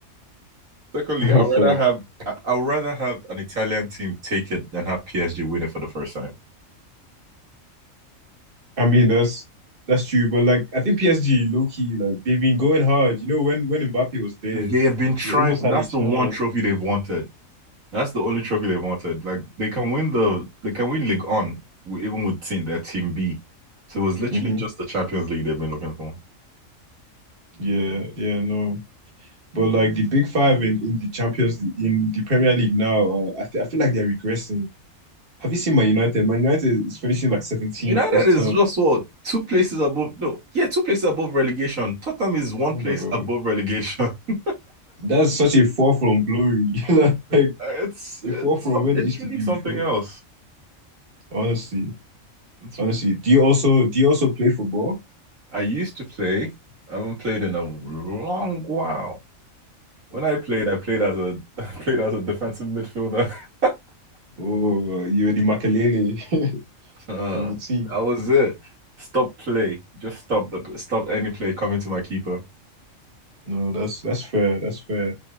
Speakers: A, on the right; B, on the right.
A: Secondly,
B: <laughs>
A: I'd rather
B: fair?
A: have I- would rather have an Italian team take it than have PSG win it for the first time.
B: I mean, that's that's true, but like I think PSG low key like they've been going hard. You know, when when Mbappe was there,
A: They have been trying
B: they almost
A: for that's
B: had a chance.
A: the one trophy they've wanted. That's the only trophy they wanted. Like they can win the they can win League On even with team their team B. So it was literally
B: hmm
A: just the Champions League they've been looking for.
B: Yeah, yeah, no. But like the big five in, in the Champions League, in the Premier League now, uh, I th I feel like they're regressing. Have you seen Man United? Man United is finishing like 17th
A: United
B: this
A: is
B: term.
A: just what two places above. No, yeah, two places above relegation. Tottenham is one
B: Oh
A: place
B: my God.
A: above relegation. <laughs>
B: That's such a fall from glory. <laughs> Like
A: It's
B: a
A: it's
B: fall from
A: some-
B: where
A: it's
B: they used
A: really
B: to be
A: something
B: before.
A: else.
B: Honestly.
A: It's
B: Honestly.
A: really.
B: Do you also do you also play football?
A: I used to play. I haven't played in a long while. When I played, I played as a <laughs> I played as a defensive midfielder. <laughs>
B: Oh, you were the Makelele
A: Uh,
B: <laughs> of the team.
A: that was it. Stop play. Just stop the stop any play coming to my keeper.
B: No, that's that's fair. That's fair.